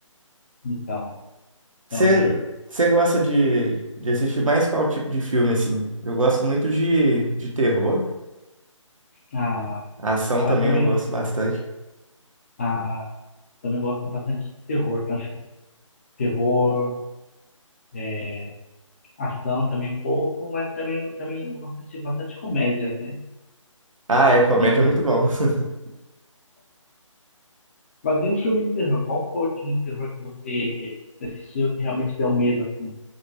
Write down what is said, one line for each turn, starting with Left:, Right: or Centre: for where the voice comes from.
Left: então, então
Right: Você
Left: ele,
Right: você gosta de, de assistir mais qual tipo de filme, assim? Eu gosto muito de, de terror,
Left: a
Right: ação
Left: Ah,
Right: também
Left: eu também
Right: eu gosto
Left: gosto.
Right: bastante.
Left: Ah, também gosto bastante de terror, tá? Terror, é, ação também um pouco, mas também eu também gosto de assistir bastante comédia, né?
Right: Ah, é, comédia
Left: Sim, tudo.
Right: é muito bom. <laughs>
Left: Mas e um filme de terror? Qual foi o último terror que você assistiu que realmente deu medo, assim?